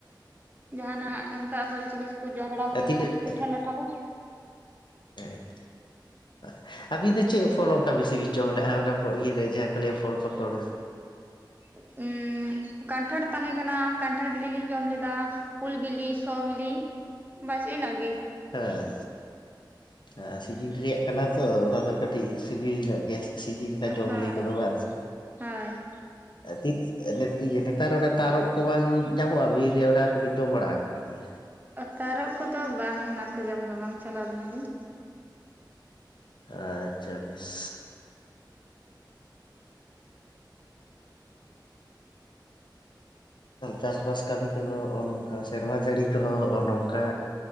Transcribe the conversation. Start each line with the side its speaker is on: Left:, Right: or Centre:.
Right: ᱡᱟᱦᱟᱸ ᱱᱟᱜ᱾ ᱚᱱᱠᱟ ᱵᱷᱚᱞ ᱡᱤᱱᱤᱥ ᱠᱚ ᱡᱚᱢ ᱵᱟᱲᱟ ᱦᱩᱭᱱᱟ
Left: ᱚ ᱛᱤᱱᱟᱹᱜ
Right: ᱯᱤᱴᱷᱟᱹ ᱞᱟᱴᱷᱟ ᱠᱚ᱾
Left: <unintelligible> ᱟᱹᱵᱤᱱ ᱫᱚ ᱪᱮᱫ ᱯᱷᱚᱞ ᱚᱱᱠᱟ ᱵᱮᱥᱤ ᱵᱤᱱ ᱡᱚᱢ ᱞᱮᱫᱼᱟ ᱚᱱᱟ ᱤᱭᱟᱹᱟᱹᱨᱮ ᱡᱟᱦᱟᱸ ᱠᱚ ᱞᱟᱹᱭᱟ ᱯᱷᱚᱞ ᱯᱟᱠᱚᱲ?
Right: <unintelligible> ᱠᱟᱱᱴᱷᱟᱲ ᱛᱟᱦᱮᱸ ᱠᱟᱱᱟ ᱠᱟᱱᱴᱷᱟᱲ ᱵᱤᱞᱤ ᱞᱤᱧ ᱡᱚᱢ ᱞᱮᱫᱟ ᱩᱞ ᱵᱤᱞᱤᱪ᱾ ᱥᱚ ᱵᱤᱞᱤ ᱵᱟᱥ ᱤᱱᱟᱹ ᱜᱮ᱾
Left: ᱦᱮᱸ ᱟᱨ ᱥᱤᱡᱤᱱ ᱨᱮᱭᱟᱜ ᱠᱟᱱᱟ ᱛᱚ ᱚᱱᱟ ᱫᱚ ᱠᱟᱹᱴᱤᱡ ᱥᱤᱵᱤᱞ ᱧᱚᱜ ᱜᱮᱭᱟ᱾ ᱥᱤᱡᱤᱱ ᱨᱮᱱᱟ ᱡᱚ
Right: ᱦᱳᱭ
Left: ᱵᱤᱞᱤ ᱠᱚᱫᱚ ᱵᱟᱝ ᱥᱮ?
Right: ᱦᱳᱭ᱾
Left: <unintelligible> ᱤᱭᱟᱹ ᱱᱮᱛᱟᱨ ᱚᱸᱰᱮ ᱛᱟᱨᱚᱵ ᱠᱚ ᱵᱟᱝ ᱧᱟᱢᱚᱜᱼᱟ ᱵᱤᱨ ᱨᱮ ᱚᱱᱟ ᱠᱚᱵᱤᱱ ᱡᱚᱢ ᱵᱟᱲᱟ ᱟᱠᱟᱫ ᱜᱮ?
Right: ᱛᱟᱨᱚᱜ ᱠᱚᱫᱚ ᱵᱟᱝ ᱚᱱᱟ ᱠᱚ ᱡᱚᱢ ᱫᱚ ᱵᱟᱝ ᱪᱟᱞᱟᱣ ᱞᱮᱱᱟ ᱞᱤᱧ᱾
Left: ᱟᱨ ᱪᱷᱟᱵᱤᱥ᱾ ᱪᱟᱥᱵᱟᱥ ᱠᱟᱹᱢᱤ ᱠᱚᱫᱚ ᱱᱚᱜᱼᱚ ᱱᱚᱝᱠᱟ, ᱥᱮᱨᱢᱟ ᱡᱟᱹᱲᱤ ᱠᱚᱦᱚᱸ ᱱᱚᱜᱼᱚ ᱱᱚᱝᱠᱟ᱾